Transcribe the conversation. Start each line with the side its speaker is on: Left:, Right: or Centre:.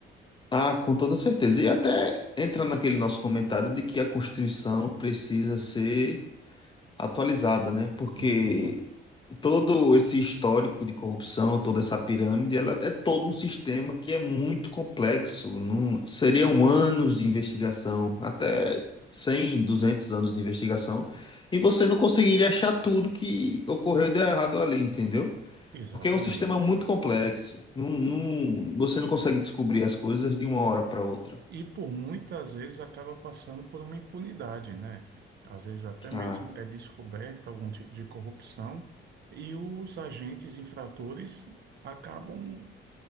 Left: ah, com toda certeza. E até entra naquele nosso comentário de que a Constituição precisa ser atualizada, né? Porque
Right: Isso.
Left: Todo esse histórico de corrupção, toda essa pirâmide, ela é todo um sistema que é muito complexo. Não, seriam anos de investigação, até 100, 200 anos de investigação, e você não conseguiria achar tudo que ocorreu de errado ali, entendeu?
Right: Exatamente.
Left: Porque é um sistema muito complexo. Não, não- você não consegue descobrir as coisas de uma hora para outra.
Right: E por muitas vezes acaba passando por uma impunidade, né? Às vezes até mesmo
Left: Ah,
Right: é descoberta algum tipo de corrupção e os agentes infratores acabam